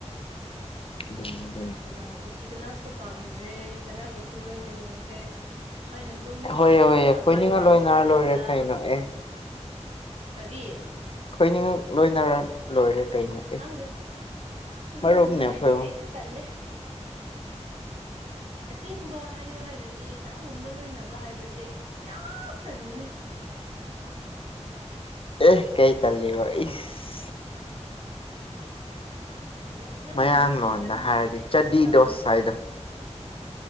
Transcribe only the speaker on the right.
ꯑꯗꯨꯅ ꯍꯧꯖꯤꯛꯇꯤ ꯀꯅꯥꯁꯨ ꯄꯥꯝꯗ꯭ꯔꯦ ꯀꯅꯥꯒꯁꯨ ꯂꯣꯏꯅ ꯅꯤꯡꯗ꯭ꯔꯦ꯫ ꯁ꯭ꯋꯥꯏꯅ ꯗꯨꯝ
ꯏꯊꯟꯅ
ꯃꯤꯒ ꯋꯥꯔꯤ
ꯁꯥꯔꯒ
ꯀꯔꯤ
ꯅꯪꯒꯁꯨ
ꯂꯣꯏꯅ ꯅꯨꯡꯉꯥꯏꯗꯤ
ꯑꯩꯗꯤ ꯇꯜꯂꯦ ꯑꯁꯦꯡꯕ ꯍꯥꯏꯌꯣ ꯍꯥꯏꯔꯗꯤ ꯅꯪꯒꯨꯝꯕ ꯂꯣꯏꯅꯕ ꯍꯥꯏꯕꯁꯦ ꯑꯩ ꯌꯥꯝ ꯇꯟꯕꯅꯦ
ꯅꯪ ꯅꯪꯒꯨꯝꯕ
ꯍꯥꯏꯕ
ꯃꯤꯁꯤꯡꯁꯦ ꯑꯗꯨꯝ
ꯇꯟꯈ꯭ꯔꯦ